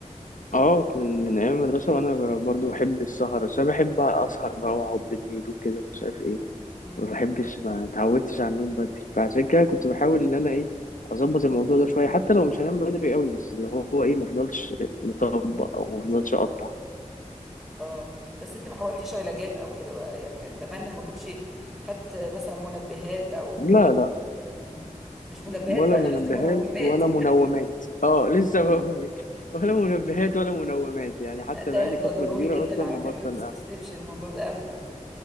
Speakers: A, on the left; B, in the centre.
A: اه من من ايام المدرسه وانا ب- برضو بحب السهر بس انا بحب اسهر بقى واقعد بالليل وكده مش عارف ايه
B: امم
A: ما بحبش ما اتعودتش على النوم بدري فعشان كده كنت بحاول ان انا ايه اظبط الموضوع ده شويه حتى لو مش هنام بدري قوي بس اللي هو ايه ما افضلش مطبق او ما افضلش اقطع
B: اه بس انت ما حاولتش علاجات او كده بقى يعني اتمنى ما كنتش خدت مثلا منبهات او
A: لا لا
B: م-م. مش منبهات
A: ولا
B: بقى
A: منبهات
B: انا قصدي منومات
A: ولا منومات اه لسه بقول لك ولا منبهات ولا منومات يعني حتى
B: لا ده
A: بقالي
B: ده
A: فتره
B: ضروري
A: كبيره
B: جدا
A: اصلا
B: على
A: مبطل
B: فكره ما تستسلمش للموضوع ده ابدا